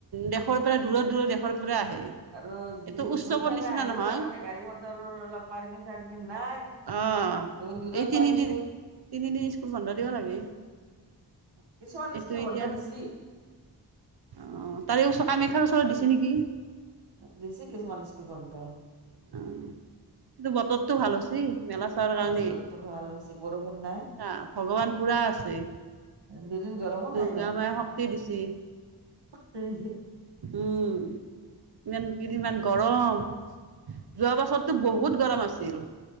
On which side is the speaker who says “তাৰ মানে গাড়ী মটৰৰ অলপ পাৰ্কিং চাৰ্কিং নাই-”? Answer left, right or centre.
Right